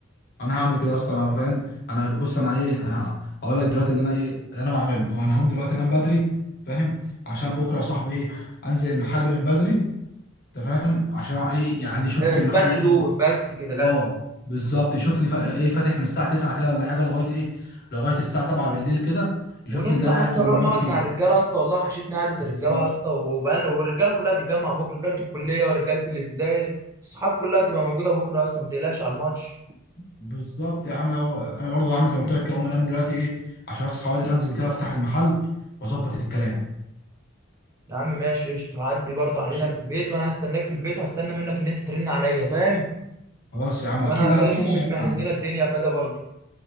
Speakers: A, on the left; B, on the right.
A: انا هعمل كده اصلا انا فاهم انا بص انا ايه انا هقول لك دلوقتي اللي انا ايه اللي انا بعمله هو انا هقوم دلوقتي انام بدري فاهم عشان بكره يا صاحبي ايه انزل المحل من بدري انت فاهم عشان ايه يعني شوفني
B: اه،
A: في
B: اثبات
A: المحل
B: حضور
A: قاعد-
B: بس كده جدع
A: اه بالظبط شوفني فا- ايه فاتح من الساعه 9 كده ولا حاجه لغايه ايه لغايه الساعه 7 بالليل كده يشوفني
B: ونطلع
A: ان انا قاعد
B: اصلا
A: طول
B: نروح
A: النهار
B: نقعد
A: فيه
B: مع الرجاله يا اسطى والله وحشتنا قعده
A: بالظبط
B: الرجاله يا اسطى وبقى- والرجاله كلها هتتجمع بكره رجاله الكليه ورجاله الابتدائي الصحاب كلها هتبقى موجوده بكره يا اسطى ما تقلقش على الماتش
A: بالظبط يا عم هو انا برضو عامل زي ما قلت لك كده اقوم انام دلوقتي ايه عشان اصحى بدري انزل كده افتح المحل واظبط الكلام
B: يا عم ماشي قشطة هعدي برضه علينا
A: ماشي
B: في البيت وانا هستناك في البيت وهستنى منك ان انت ترن عليا فاهم
A: خلاص يا عم اكيد
B: وانا هكلم
A: اكيد
B: امي
A: هنعرض
B: تمهد
A: عليك
B: لنا الدنيا كده برضه